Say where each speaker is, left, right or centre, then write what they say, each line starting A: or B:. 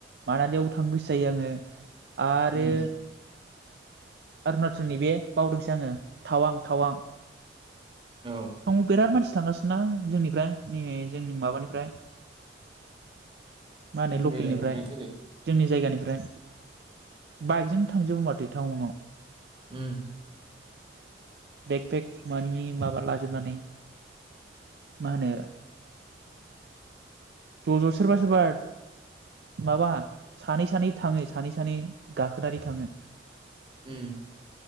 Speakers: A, on the right; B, on the right.
A: मानालियावबो थांनो गोसो जायो आङो आरो
B: उम
A: अरुणाचलनि बे बावदोंसो आङो थावां थावां
B: औ
A: थं बेेरार मानसि थांगासिनो ना जोंनिफ्राय नै जोंनि माबानिफ्राय मा होनो
B: जोंनि
A: लकेलनिफ्राय
B: जायगानिफ्राय जेरै
A: जोंनि जायगानि ओमफ्राय बाइकजोंनो थांजोबो माथो टाउनाव
B: उम
A: बेक बेेक मानि माबा लाजोबनानै मा होनो ज' ज' सोरबा सोरबा माबा सानै सानै थाङो सानै सानै गाखोनानै थाङो
B: उम